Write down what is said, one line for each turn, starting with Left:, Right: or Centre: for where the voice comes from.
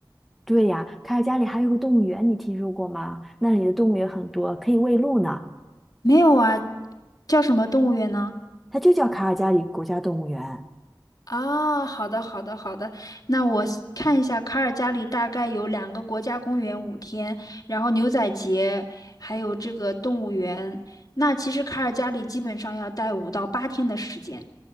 Centre: 对呀，卡尔加里还有个动物园，你听说过吗？那里的动物也很多，可以喂鹿呢。
Left: 没有啊，叫什么动物园呢？
Centre: 它就叫卡尔加里国家动物园。
Left: 啊，好的，好的，好的。那我 s- 看一下，卡尔加里大概有两个国家公园五天，然后牛仔节，还有这个动物园。那其实卡尔加里基本上要待五到八天的时间。